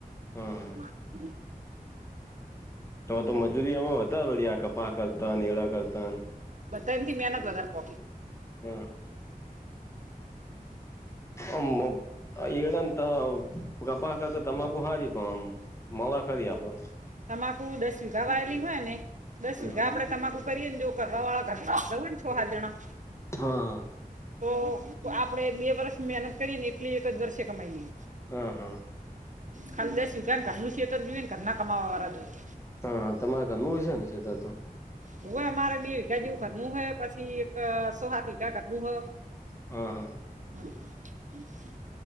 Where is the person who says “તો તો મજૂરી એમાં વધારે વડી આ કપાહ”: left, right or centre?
Left